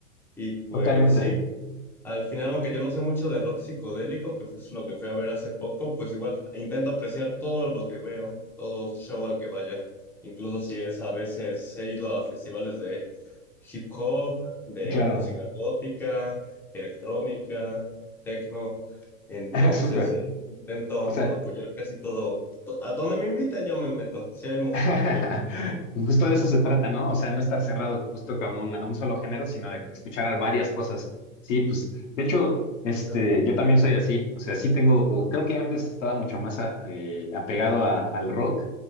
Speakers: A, in the centre; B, on the left.
A: Y pues
B: Totalmente,
A: sí, al final, aunque yo no sé mucho de rock psicodélico, que fue lo que fui a ver hace poco, pues igual intento apreciar todo lo que veo, todo show al que vaya. Incluso si es a veces he ido a festivales de hip hop, de
B: claro,
A: música gótica, electrónica, techno. Entonces
B: <laughs> súper.
A: sí, intento
B: o sea
A: apoyar casi todo. To- A donde me inviten yo me meto, si hay música
B: <laughs>
A: en vivo.
B: Justo de eso se trata, ¿no? O sea, no estar cerrado justo como un- a un solo género, sino de escuchar a varias cosas. Sí, pues, de hecho, este,
A: Ajá.
B: yo también soy así. O sea, sí tengo, o creo que antes estaba mucho más a- eh, apegado a- al rock,